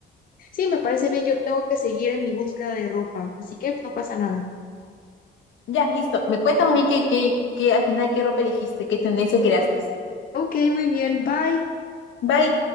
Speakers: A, on the left; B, on the left.
A: Sí, me parece bien, yo tengo que seguir en mi búsqueda de ropa, así que no pasa nada.
B: Ya, listo. Me cuentas más bien que, que, que al final qué ropa elegiste, qué tendencia creaste.
A: Ok, muy bien, bye.
B: Bye.